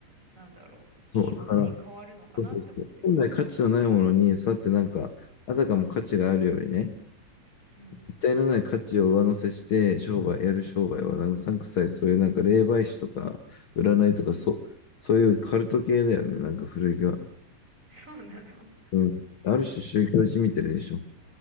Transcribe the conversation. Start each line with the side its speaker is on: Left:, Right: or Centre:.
Right: なんだろう。
Left: そう。
Right: いいものに変わるのかなって思ってる。
Left: だから、そうそうそう。本来価値のないものに、そうやってなんか、あたかも価値があるようにね、
Right: うん。
Left: 実体のない価値を上乗せして、商売、やる商売は、なんかうさんくさい、そういうなんか霊媒師とか、占いとか、そう、そういうカルト系だよね、なんか古着は。
Right: <laughs> そうなの。
Left: うん。ある種宗教じみてるでしょ。